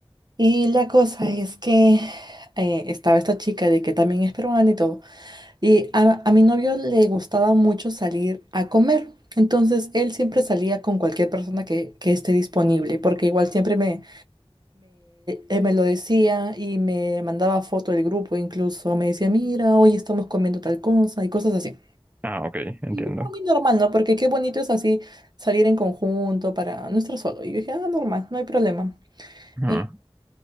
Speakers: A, on the right (about 45°); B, on the right (about 15°).
A: Y la cosa es que eh, estaba esta chica de que también es peruana y todo, y a, a mi novio le gustaba mucho salir a comer, entonces él siempre salía con cualquier persona que, que esté disponible, porque igual siempre me, él me lo decía y me mandaba foto del grupo, incluso me decía, mira, hoy estamos comiendo tal cosa y cosas así.
B: Ah, ok, entiendo.
A: Y yo, muy normal, ¿no? Porque qué bonito es así salir en conjunto para no estar solo. Y yo dije, ah, normal, no hay problema.
B: Ajá,
A: Y